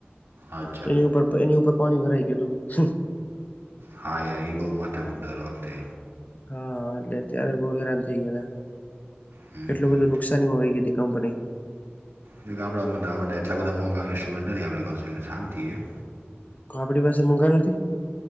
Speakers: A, on the right (about 80°); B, on the left (about 40°).
A: અચ્છા
B: એની ઉપર, એની ઉપર પાણી ભરાઈ ગયું હતું.
A: હા, યાર એ બહુ માથા દર વખતે.
B: હા, એટલે અત્યારે બહુ હેરાન થઇ ગયા હતા.
A: હમ
B: કેટલું બધું નુકસાનીમાં વઈ ગઈ હતી, કંપની
A: તો કે, આપણા ઉપર આપણે એટલા બધા મોંઘા ઇસ્ટુન્ટ નથી આપણી પાસે, એટલે શાંતિ છે.
B: કો આપણી પાસે મોંઘા નથી.